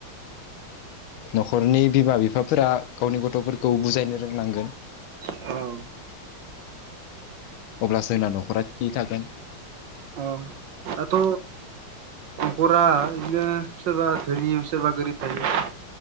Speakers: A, on the left; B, on the right.
A: न'खरनि बिमा बिफाफोरा गावनि गथ'फोरखौ बुजायनो रोंनांगोन।
B: औ
A: अब्लासो जोंना न'खरा थि थागोन।
B: अ दाथ' न'खरा बिदिनो सोरबा धोनि सोरबा गोरिब थायो।